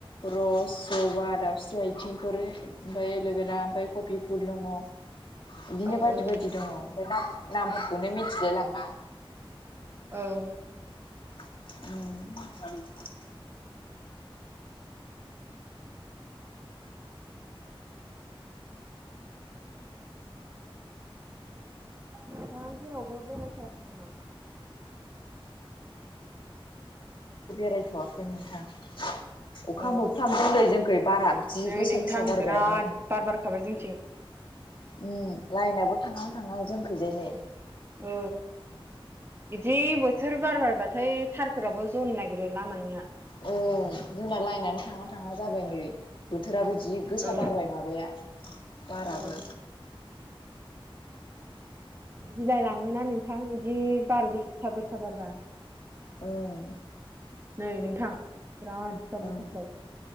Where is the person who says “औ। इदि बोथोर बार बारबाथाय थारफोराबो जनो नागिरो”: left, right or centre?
Right